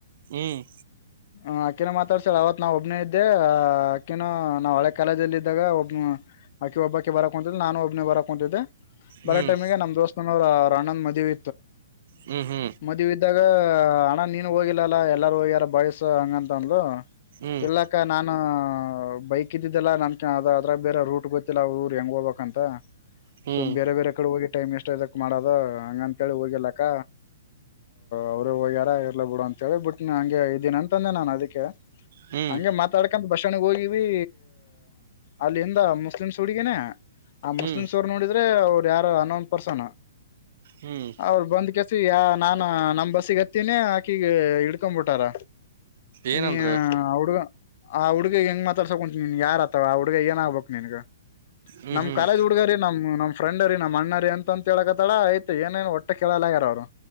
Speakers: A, on the right; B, on the left.
A: ಹ್ಮ್
B: ಹ ಅಕ್ಕಿನ ಮಾತಾಡ್ಸ್ಯಾಳ ಅವತ್ ನಾ ಒಬ್ನೇ ಇದ್ದೆ ಆ ಅಕ್ಕಿನ ಕಾಲೇಜಲ್ ಇದ್ದಾಗ ಒಬ್ನ್ ಆಕಿ ಒಬ್ಬಾಕಿ ಬರಕ್ ಕುಂತಿದ್ಲ್ ನಾನು ಒಬ್ನ ಬರಕ್ ಕುಂತಿದ್ದೆ ಬರ
A: ಹ್ಮ್
B: ಟೈಮಿಗೆ ನಮ್ ದೋಸ್ತ್ನ ಪ್ರಾಣನ್ ಮದಿವ್
A: ಹ್ಮ್ ಹ್ಮ್
B: ಮದಿವಿದ್ದಾಗ ಣ ನೀನು ಹೋಗಿಲ್ಲಲ್ಲ ಎಲ್ಲರೂ ಹೋಗ್ಯಾರ ಬಾಯ್ಸು ಹಂಗಂತ ಅಂದ್ಲು
A: ಹ್ಮ್
B: ಇಲ್ಲಕ್ಕ ನಾನು ಬೈಕ್ ಕ್ಕಿದ್ದಿದ್ದೆಲ್ಲಾ ನನ್ ಅ ಅದ್ರಾಗ್ ಬೇರೆ ರೂಟ್ ಗೊತ್ತಿಲ್ಲ ಅವ್ರ್ ಊರು ಹೆಂಗ ಹೋಗ್ಬೇಕ್ ಅಂತ
A: ಹ್ಮ್
B: ಸುಮ್ ಬೇರೆ ಬೇರೆ ಕಡೆ ಹೋಗಿ ಟೈಮ್ ಎಷ್ಟ ಇದದಕ್ ಮಾಡದ ಹಂಗ ಅಂತೇಳಿ ಹೋಗಿಲ್ಲಕ್ಕ ಅವ್ರು ಹೋಗ್ಯಾರ ಇರ್ಲ ಬಿಡು ಅಂತೆಳಿ ಬಟ್ನ್ ಹಂಗೆ ಇದೀನ ತೆ ನಾನ್ ಅದಿಕ್ಕೆ
A: ಹ್ಮ್
B: ಹಂಗೆ ಮಾತಾಡ್ಕಂಡ್ <unintelligible> ಹೋಗಿವೀ ಅಲ್ಲಿಂದ ಮುಸ್ಲಿಮ್ಸ್ ಹುಡ್ಗಿನೆ ಆ
A: ಹ್ಮ್
B: ಮುಸ್ಲಿಂಸೊರ್ ನೋಡಿದ್ರೆ ಯಾರೊ ಅನ್ನೊನ್ ಪರ್ಸನ್ನು
A: ಹ್ಮ್
B: ಅವ್ರ್ ಬಂದ್ ಯ ನಾನ ನಮ್ ಬಸ್ಸಿಗ್ ಹತ್ತೀನಿ ಆಕಿಗೆ ಇಡ್ಕೊಮ್ಬಿಟ್ಟಾರ್
A: ಏನಂದ್ರ
B: ನಿಯಾ ಹುಡ್ಗ ಆ ಹುಡ್ಗಿಗ್ ಹೆಂಗ್ ಕುಂು ನೀನ್ ಯಾರ ಆತವ ಅವ ಹುಡ್ಗ ಏನ್ಗ್್ಬೇಕಕ್ ನಿನ್ಗ
A: ಹ್ಮ್
B: ನಮ್
A: ಹ್ಮ್
B: ಕಾಲೇಜ್ ಹುಡ್ಗಾರಿೀ ನಮ ನಮ್ ಫ್ರೆಂಡ ರೀ ನಮ್ಮ ಅಣ್ಣರಿ ಅಂತ ಹೇಳಳ್ಕತ್ತಾಳ ಆಯ್ು ಏನೇನು ಒಟ್ಟ ಕೇಳೋಲಗ್ಯಾರ ಅವರು